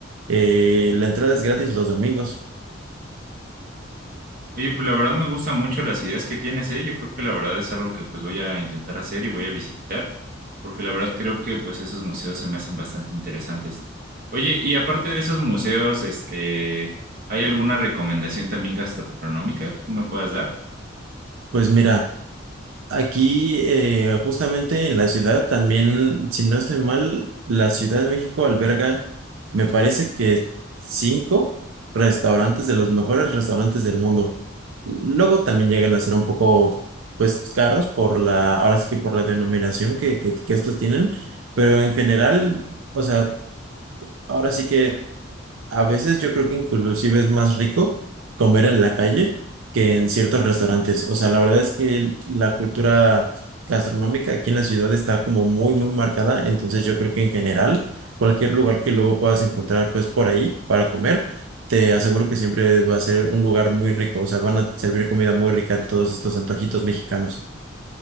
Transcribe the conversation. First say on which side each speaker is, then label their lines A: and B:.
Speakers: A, on the right; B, on the right.
A: eh, la entrada es gratis los domingos.
B: Oye, pues la verdad me gustan mucho las ideas que tienes, ¿eh? Yo creo que la verdad es algo que pues voy a intentar hacer y voy a visitar, porque la verdad creo que pues esos museos se me hacen bastante interesantes. Oye, y aparte de esos museos, este, ¿hay alguna recomendación también gastronómica que tú me puedas dar?
A: Pues mira. Aquí, eh, justamente en la ciudad, también, si no estoy mal, la Ciudad de México alberga, me parece que cinco restaurantes de los mejores restaurantes del mundo. Luego también llegan a ser un poco, pues, caros por la, ahora sí que por la denominación que, que, que estos tienen, pero en general, o sea, ahora sí que a veces yo creo que inclusive es más rico comer en la calle que en ciertos restaurantes. O sea, la verdad es que el- la cultura gastronómica aquí en la ciudad está como muy, muy marcada. Entonces yo creo que en general, cualquier lugar que luego puedas encontrar pues por ahí para comer, te aseguro que siempre va a ser un lugar muy rico. O sea, van a servir comida muy rica en todos estos antojitos mexicanos.